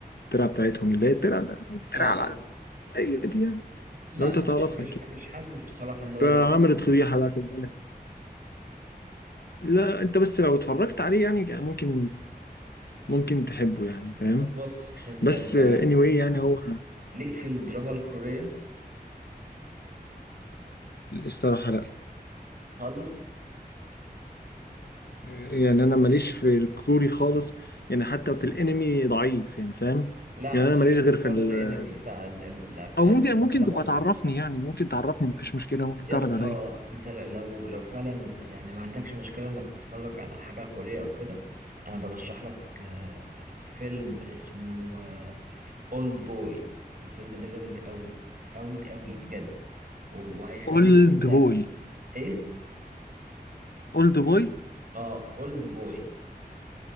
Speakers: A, on the left; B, on the right.
A: الترعه بتاعتهم اللي هي الترعه الترعه
B: اه اه
A: العاديه دي يعني
B: لا
A: لو انت
B: مش
A: تعرفها
B: مش
A: كده
B: مش حاسس بصراحة ان هو
A: فعملت
B: يعني فيلم.
A: فضيحه بقى في البلد لا انت بس لو اتفرجت عليه يعني ممكن ممكن تحبه يعني فاهم
B: طب بص انت
A: بس
B: انت
A: آه، anyway يعني هو
B: ليك في الدراما الكورية
A: الصراحة لا
B: خالص
A: يعني أنا ماليش في الكوري خالص يعني حتى في الأنمي ضعيف يعني فاهم
B: لا
A: يعني
B: مش
A: أنا ماليش
B: مش
A: غير في
B: شرط
A: ال...
B: انمي لا ال- ال- الافلام
A: أو ممكن ممكن
B: افلام
A: تبقى تعرفني يعني ممكن تعرفني مفيش مشكلة ممكن
B: يا
A: تعرض
B: اسطى
A: عليا
B: انت لو لو فعلا يعني ما عندكش مشكله انك تتفرج على حاجه كوريه او كده انا برشح لك آه، فيلم اسمه اولد بوي الفيلم ده جامد قوي قوي قوي بجد و- وهيخليك
A: أولد
B: وانت
A: بوي
B: ايه
A: أولد بوي
B: اه اولد بوي